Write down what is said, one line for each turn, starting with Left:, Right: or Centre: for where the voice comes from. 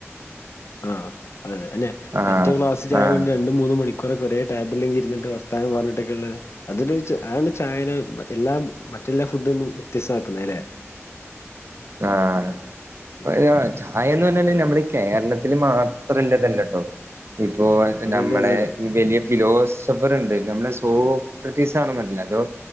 Left: ആഹ് അതെ അതെ അതെന്നെ
Right: ആഹ്
Left: മറ്റേ ക്ലാസ് ച്ച ചായ
Right: ആഹ്
Left: കൊണ്ട് രണ്ടും മൂന്നും മണിക്കൂറൊക്ക ഒരേടേബ്ള്ങ്ങനെ ഇര്ന്നിട്ട് വർത്താനം പർഞ്ഞിട്ടെക്കെള്ളെ അത്നൊയ്ച്ച് അതാണ് ചായേനെ മറ്റെ എല്ലാം മറ്റെല്ലാ ഫുഡ്ന്നും വ്യത്യസ്തമാക്ക്ന്നെ ലെ
Right: ആ <unintelligible>
Left: ഉം
Right: ചായെന്ന് പറഞ്ഞാല്
Left: അതെ
Right: ഞമ്മടെ കേര്ളത്ത്ല് മാത്രല്ലതല്ലട്ടോ ഇപ്പോ ഞമ്മളെ
Left: അതെ അതെ അതെ അതെ
Right: ഈ വെലിയ ഫിലോസഫറ്ണ്ട് നമ്മളെ സോക്റ്ട്ടീസാണോന്നർല തോ